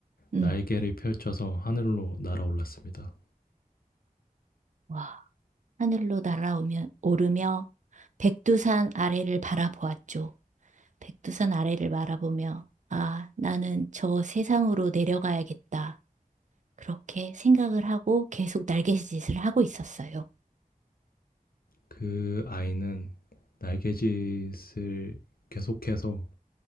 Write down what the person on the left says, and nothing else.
날개를 펼쳐서 하늘로 날아올랐습니다.
그 아이는 날갯짓을 계속해서